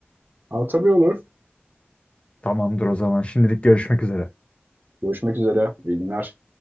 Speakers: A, on the right; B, on the left.
A: Aa tabii olur.
B: Tamamdır o zaman. Şimdilik görüşmek üzere.
A: Görüşmek üzere. İyi günler.